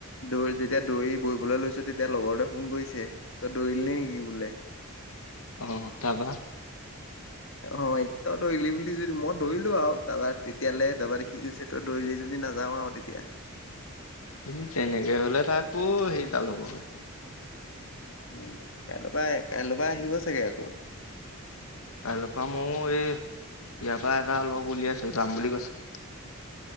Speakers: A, on the left; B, on the left.
A: দৌৰি যেতিয়া দৌৰি বহিবলৈ লৈছোঁ। তেতিয়া লগৰতে ফোন কৰিছে তই দৌৰিল নেকি বোলে?
B: অহ তাৰপা।
A: অ' তই দৌৰিলি বুলি যদি মই দৌৰিলো আৰু তাৰপা তেতিয়াহাললে দবাৰ দে সি গৈছে তই দৌৰিলি যদি সি নাযাওঁ আৰু তেতিয়া।
B: সি তেনেকে হ'লে তা কৌ সেইডাল হ'বগে।
A: উম কাইলপা কাইলপা আহিব চাগে আকৌ।
B: কাইলৈৰ পৰা ময়ো এই ইয়াৰ পৰা এটা লগ উলিয়াইছোঁ যাম বুলি কৈছে।